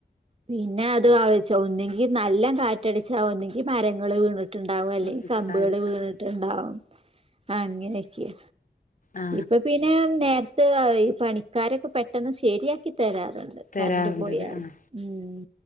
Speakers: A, on the right (about 35°); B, on the left (about 50°).
A: പിന്നെ അത് അവിച്ച് ഒന്നുങ്കി നല്ല കാറ്റടിച്ചാ ഒന്നിങ്കിൽ മരങ്ങൾ വീണിട്ട് ട്ട്ണ്ടാവും അല്ലെൽ
B: ണ്ടാവല്
A: കമ്പുകൾ വീണിട്ടുണ്ടാവും
B: ആ
A: അങ്ങനെയൊക്കെയ
B: ആ
A: ഇപ്പൊ പിന്നെ നേര്ത്ത് ആഹാ ഈ പണിക്കാരൊക്കെ പെട്ടെന്ന് ശരിയാക്കി തരാറുണ്ട്. <unintelligible>
B: തരാറുണ്ടത്
A: കറണ്ട് പോയാലും
B: ആഹ്
A: ഉും